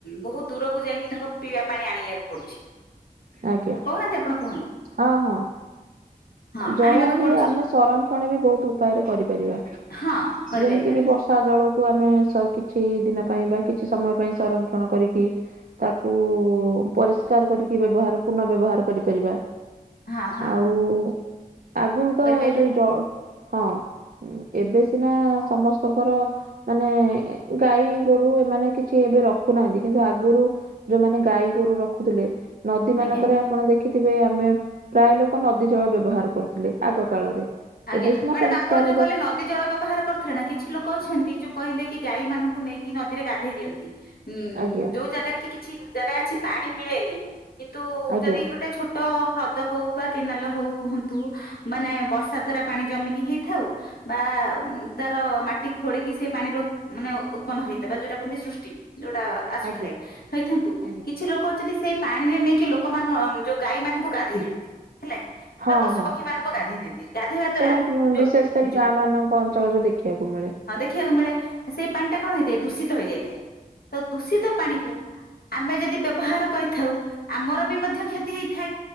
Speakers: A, on the left (about 85°); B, on the right (about 70°).
A: ବହୁତ ଦୂରକୁ ଯାଇଙ୍କି ତାଙ୍କ ପିଇବା ପାଣି ଆଣିଆ ପଡୁଛି।
B: ଆଜ୍ଞା
A: କହୁନାହାନ୍ତି ଆପଣ କୁହନ୍ତୁ,
B: ହଁ ହଁ
A: ହଁ
B: ଜଳ
A: ଆଣିବାକୁ
B: ବି
A: ପଡୁଛି।
B: ଆମେ ସଂରକ୍ଷଣ ବି ବହୁତ ଉପାୟରେ କରିପାରିବା,
A: ହଁ କରିପାରିବା
B: ଯେମିତି କି ବର୍ଷ ଷା ଜଳକୁ ଆମେ ସ କିଛି ଦିନ ପାଇଁ ବା କିଛି ସମୟ ପାଇଁ ସଂରକ୍ଷଣ କରିକି ତାକୁ ପରିଷ୍କାର କରି କି ବ୍ୟବହାର ପୁନଃ ବ୍ୟବହାର କରିପାରିବା,
A: ହଁ ହଁ
B: ଆଉ ଆଗରୁ ତ
A: କରିପାରିବା
B: ଯୋଉ ଜ, ହଁ ଏବେ ସିନା ସମସ୍ ତଙ୍କର ମାନେ ଗାଈ ଗୋରୁ ଏମାନେ କିଛି ଏବେ ରଖୁନାହାନ୍ତି କିନ୍ତୁ ଆଗୁରୁ ଯୋଉମାନେ ଗାଈ ଗୋରୁ ରଖୁଥିଲେ, ନଦୀ
A: ଆଜ୍ଞା
B: ମାନଙ୍କରେ ଆପଣ ଦେଖିଥିବେ ଆମେ ପ୍ରାୟ ଲୋକ ନଦୀ ଜଳ ବ୍ୟବହାର କରୁଥିଲେ ଆଗ କାଳରେ।
A: ଆଜ୍ଞା,
B: ଏବେ ସିନା
A: ମ୍ୟାଡାମ
B: ପରିଷ୍କାର
A: ଆପଣ ଯୋଉ କହିଲ ନ ଦି ଜଳ ବ୍ୟବହାର କରୁଥିଲେ ନା କିଛି ଲୋକ ଅଛନ୍ତି ଯୋଉ କହିଲେ କି ଗାଈ ମାନଙ୍କୁ ନେଇକି ନଦୀରେ ଗାଧେଇ ଦିଅନ୍ତି। ହୁଁ
B: ଆଜ୍ଞା
A: ଯୋଉ ଜାଗାରେ କି କିଛି ଜାଗା ଅଛି ପାଣି ପିଳେନି କିନ୍ତୁ
B: ଆଜ୍ଞା
A: ଯଦି ଗୋଟେ ଛୋ ଟ ହ୍ରଦ ହଉ ବା କେନାଲ ହଉ କୁହନ୍ତୁ ମାନେ ବର୍ଷା ଦ୍ଵାରା ପାଣି ଜମିକି ହେଇଥାଉ ବା ତାର ମାଟି ଖୋଳିକି ସେ ପାଣି ରହୁ। ମାନେ ଉତ୍ପନ୍ନ ହେଇଥିବା ଯୋଉଟା କୁହନ୍ତି ସୃଷ୍ଟି। ଯୋଉଟା ଆସୁଥାଏ,
B: ଆଜ୍ଞା
A: ହେଇଥାନ୍ତୁ
B: ଆଜ୍ଞା
A: କିଛି ଲୋକ ଅଛନ୍ତି ସେଇ ପାଣିରେ ନେଇକି ଲୋକମାନମ୍ ଯୋଉ ଗାଈ ମାନଙ୍କୁ ଗାଧେଇ ଦିଅନ୍ତି ହେଲା କି
B: ହଁ
A: ବା ପଶୁ
B: ହଁ
A: ପକ୍ଷୀ ମାନଙ୍କୁ ଗାଧେଇ ଦିଅନ୍ତି। ଗାଧେଇବା ଦ୍ଵାରା
B: ସେଇଟା ମଂ
A: ଯୋ
B: ବିଶେଷ କରି
A: ଯୋ
B: ଗାଁ ମାନଙ୍କ ଅଞ୍ଚଳରେ ଦେଖିବାକୁ ମିଳେ।
A: ଖିବାକୁ ମିଳେ, ସେଇ ପାଣି ଟା କଣ ହେଇଥାଏ ଦୂଷିତ ହେଇଯାଇଥାଏ, ତ ଦୂଷିତ ପାଣିକୁ ଆମେ ଯଦି ବ୍ୟବହାର କରିଥାଉ ଆମର ବି ମଧ୍ୟ କ୍ଷତି ହେଇଥାଏ।